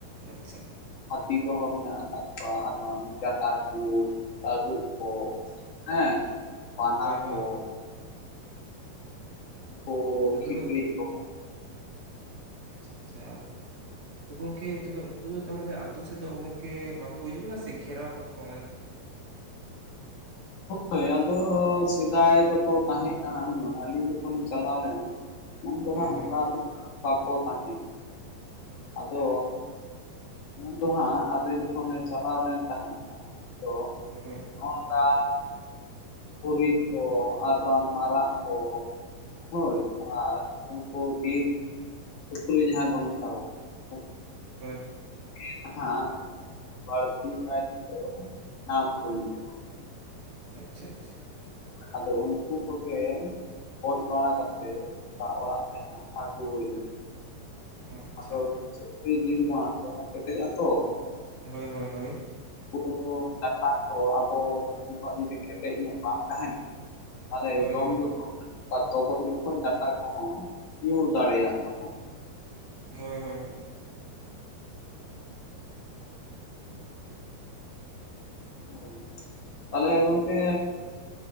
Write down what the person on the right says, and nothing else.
ᱟᱪᱪᱷᱟ ᱾
ᱦᱳᱭ ᱦᱳᱭ
ᱟᱫᱚ
ᱛᱚᱵᱮ
ᱚ ᱟᱪᱪᱷᱟ ᱟᱪᱪᱷᱟ ᱾ ᱛᱚ ᱜᱚᱝᱠᱮ ᱛᱚᱵᱮ ᱩᱱᱠᱩ ᱫᱚ ᱛᱟᱦᱚᱞᱮ ᱟᱛᱳ ᱥᱮᱫ ᱫᱚ ᱜᱚᱝᱠᱮ ᱵᱟᱝᱠᱚ ᱦᱤᱡᱩᱜ ᱠᱟᱱᱟ ᱥᱮ ᱠᱚ ᱜᱷᱮᱨᱟᱣ ᱟᱠᱟᱫ ᱠᱚᱣᱟ?
ᱦᱳᱭ
ᱦᱳᱭ
ᱦᱳᱭ
ᱟᱪᱪᱷᱟ
ᱦᱳᱭ ᱾
ᱦᱳᱭ ᱾
ᱟᱪᱪᱷᱟ ᱟᱪᱪᱷᱟ ᱾
ᱚ ᱟᱪᱪᱷᱟ
ᱦᱳᱭ ᱦᱳᱭ ᱦᱳᱭ
ᱦᱳᱭ
ᱦᱳᱭ
ᱦᱳᱭ ᱦᱳᱭ ᱦᱳᱭ <unintelligible>